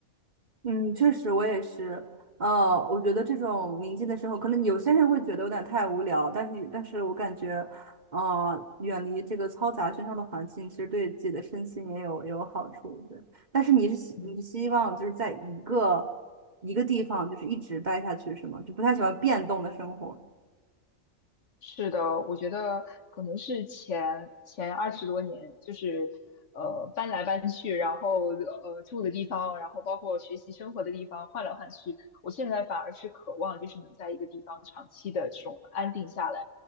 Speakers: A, on the right (about 35°); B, on the left (about 60°).
A: 嗯，确实，我也是。呃，我觉得这种宁静的生活，可能有些人会觉得有点太无聊，但是，但是我感觉，呃，远离这个嘈杂喧嚣的环境，其实对自己的身心也有也有好处。对，但是你是希你是希望就是在一个
B: 嗯
A: 一个地方，就是一直待下去，是吗？就不太喜欢变动的生活。
B: 是的，我觉得可能是前前二十多年，就是呃搬来搬去，然后呃住的地方，然后包括学习生活的地方换来换去，我现在反而是渴望就是能在一个地方长期的这种安定下来。